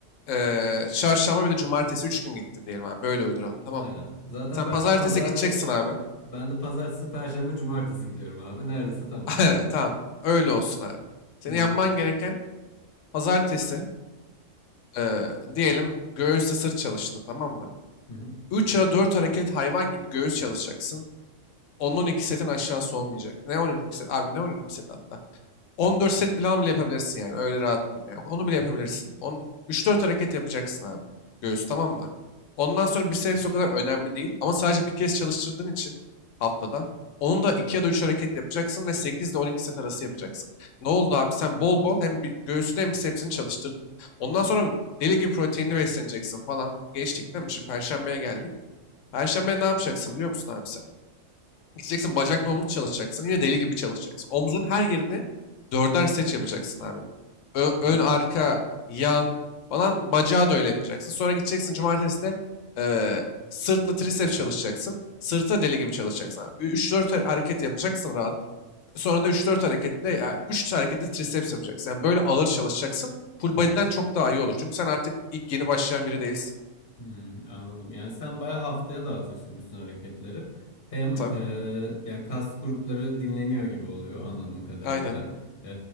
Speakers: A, on the left (about 75°); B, on the left (about 45°).
A: e, çarşamba bir de cumartesi 3 gün gittin diyelim abi. Böyle uyduralım tamam
B: Aynen.
A: mı?
B: Zaten
A: Sen
B: ben
A: pazartesi
B: de pazartesi,
A: gideceksin abi.
B: ben de pazartesi, perşembe, cumartesi gidiyorum abi. Neredeyse tam
A: <laughs>
B: oldu.
A: Tamam. Öyle olsun abi. Senin
B: Hı hı.
A: yapman gereken pazartesi, Ee, diyelim göğüsle sırt çalıştın tamam mı?
B: Hı hı.
A: 3 ya 4 hareket hayvan gibi göğüs çalışacaksın. 10 iki setin aşağısı olmayacak. Ne 12 set? Abi ne 12 set hatta? 14 set plan bile yapabilirsin yani. Öyle rahat diyeyim. Yani. Onu bile yapabilirsin. 3-4 hareket yapacaksın abi. Göğüs tamam mı? Ondan sonra biceps o kadar önemli değil. Ama sadece bir kez çalıştırdığın için haftada onu da 2 ya da 3 hareket yapacaksın ve 8 ile 12 set arası yapacaksın. Ne oldu abi? Sen bol bol hem bi- göğsünü hem bicepsini çalıştırdın. Ondan sonra deli gibi proteinli besleneceksin falan. Geçtik değil mi? Şimdi Perşembe'ye geldik. Perşembe ne yapacaksın biliyor musun abi sen? Gideceksin bacakla omuz çalışacaksın. Yine deli gibi çalışacaksın. Omzun her yerini dörder set yapacaksın abi. Ö-
B: Hı
A: ön,
B: hı.
A: arka, yan falan bacağı da öyle yapacaksın. Sonra gideceksin cumartesi de eee, sırtla triceps çalışacaksın. Sırta deli gibi çalışacaksın abi. Ü- üç dört 4 hareket yapacaksın rahat. Sonra da üç dört harekette yani üç harekette triceps yapacaksın. Yani böyle ağır çalışacaksın. Full body'den çok daha iyi olur. Çünkü sen artık ilk yeni başlayan biri değilsin.
B: Hmm, anladım. Yani sen bayağı haftaya dağıtıyorsun bütün hareketleri. Hem
A: Tabii.
B: e, ya kas grupları dinleniyor gibi oluyor anladığım kadarıyla.
A: Aynen.
B: E,